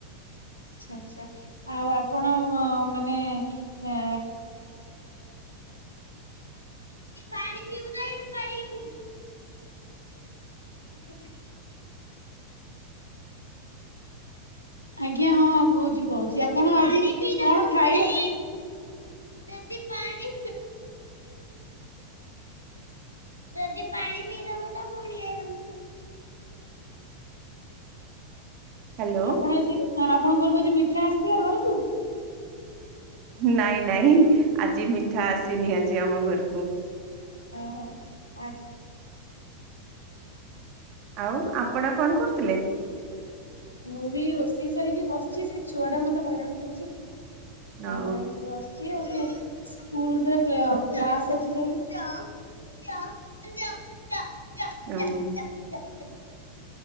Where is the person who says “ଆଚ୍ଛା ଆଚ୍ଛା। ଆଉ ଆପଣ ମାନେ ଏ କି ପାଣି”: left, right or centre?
Left